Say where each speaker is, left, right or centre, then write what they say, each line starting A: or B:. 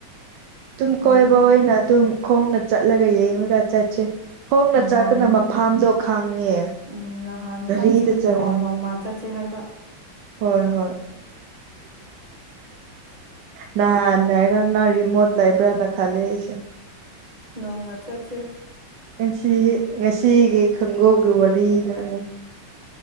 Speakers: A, on the right; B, on the right.
A: ꯑꯗꯨꯝ ꯀꯣꯏꯕ
B: ꯑꯗꯨꯅꯦ
A: ꯑꯣꯏꯅ ꯑꯗꯨꯝ ꯈꯣꯡꯅ ꯆꯠꯂꯒ ꯌꯦꯡꯂꯒ ꯆꯠꯁꯦ ꯈꫭꯡꯅ
B: ꯅꯍꯥꯟ
A: ꯆꯠꯄꯅ ꯃꯐꯝꯗꯣ ꯈꯪꯉꯦ
B: ꯎꯝ ꯅꯍꯥꯟ
A: ꯒꯥꯔꯤꯗ
B: ꯆꯠꯁꯦ
A: ꯆꯪ
B: ꯑꯣ ꯅꯣꯡꯃ ꯆꯠꯁꯦ ꯍꯥꯏꯕ
A: ꯍꯣꯏ-ꯍꯣꯏ
B: <inaudible>
A: ꯅꯍꯥꯟ ꯅꯥꯔꯒ ꯉꯥ ꯌꯤꯃꯨꯠ ꯂꯩꯕ꯭ꯔꯥ ꯅꯠ ꯈꯜꯂꯦ ꯑꯩꯁꯦ
B: ꯅꯣꯡꯃ ꯆꯠꯁꯦ
A: ꯑꯁꯤꯒꯤ ꯉꯁꯤꯒꯤ ꯈꯣꯡꯒꯧꯒꯤ ꯋꯥꯔꯤꯗꯅꯅꯤ